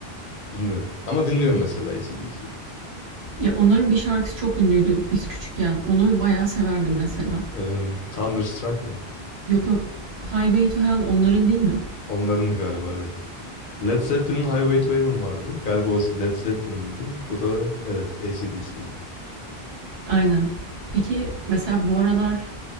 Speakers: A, on the left; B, on the right.
A: Bilmiyorum. Ama dinliyorum mesela AC/DC.
B: Ya, onların bir şarkısı çok ünlüydü biz küçükken. Onu bayağı severdim mesela.
A: Ee, Thunderstruck mı?
B: Yok, yok. Highway to Hell onların değil mi?
A: Onların galiba evet. Led Zeppelin'in Highway to Heaven vardı. Galiba o Led Zeppelin'di. Bu da evet AC/DC'nin.
B: Aynen. Peki, mesela bu aralar